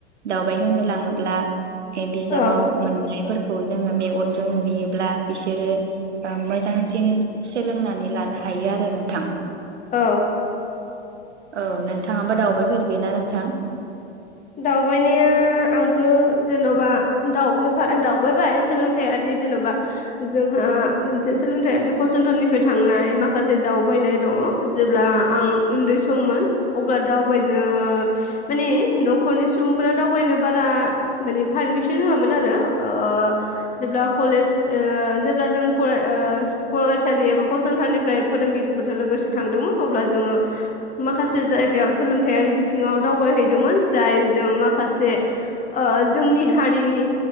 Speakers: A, on the right; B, on the left.
A: दावबाय होनो लाङोब्ला ए बिजाबाव
B: औ
A: मोननायफोरखौ जोङो मेगनजों नुहैयोब्ला बिसोरो ओ मोजांसिन सोलोंनानै लानो हायो आरो नों थां
B: औ
A: औ नोंथाङाबो दावबाय फेरबायना नोंथां
B: दावबायनाया आंबो जेन'बा दावबायफा दावबायबाय सोलोंथायाइयारि जेन'बा जोंहा मोनसे सोलोंथायाइारि फसंथननिफ्राय थांनाय माखासे दावबायनाय दङ जेब्ला आं उन्दै सममोन अब्ला दावबायनो माने न'खरनि सुबुंफोरा दावबायनो बारा माने पारमिसन होआमोन आरो ओ जेब्ला ओ कलेज ओ जेब्ला जों फरायसालि एबा फसंथाननिफ्राय फोरोंगिरिफोरजों लोगोसे थांदोंमोन अब्ला जोङो माखासे जायगायाव सोलोंथायाइारि बिथिङाव दावबायहैदोंमोन जाय जों माखासे जोंनि हारिनि